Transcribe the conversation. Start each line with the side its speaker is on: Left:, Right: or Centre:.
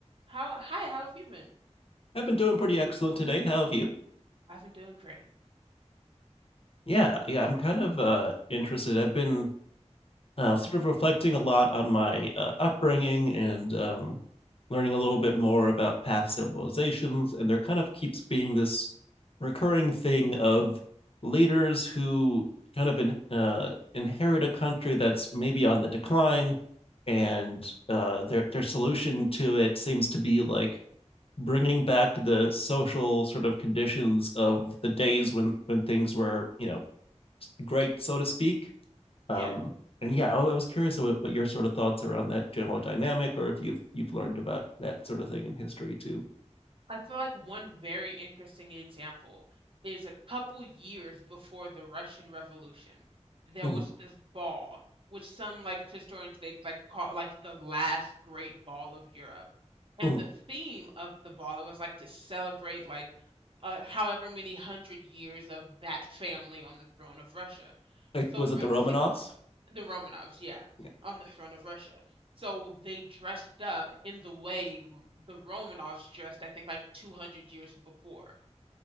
Right: How hi, how have you been?
Left: I've been doing pretty excellent today. How have you?
Right: I've been doing great.
Left: Yeah, yeah, I'm kind of uh interested. I've been uh sort of reflecting a lot on my uh, upbringing and um learning a little bit more about past civilizations, and there kind of keeps being this recurring thing of leaders who kind of in, uh inherit a country that's maybe on the decline, and uh their their solution to it seems to be like bringing back the social sort of conditions of the days when when things were you know great so to speak
Right: Yeah.
Left: um and yeah i, I was curious about what your sort of thoughts around that general dynamic or if you've you've learned about that sort of thing in history too
Right: I feel like one very interesting example is a couple years before the Russian Revolution, there
Left: mm-hmm.
Right: was this ball, which some like historians they like call like the last great ball of Europe. And
Left: Mm-hmm.
Right: the theme of the ball was like to celebrate like uh, however many hundred years of that family on the throne of Russia.
Left: Like,
Right: So
Left: was
Right: for
Left: it the
Right: the
Left: romanovs
Right: The Romanovs, yeah,
Left: yeah.
Right: on the throne of Russia. So they dressed up in the way r- the Romanovs dressed, I think, like 200 years before.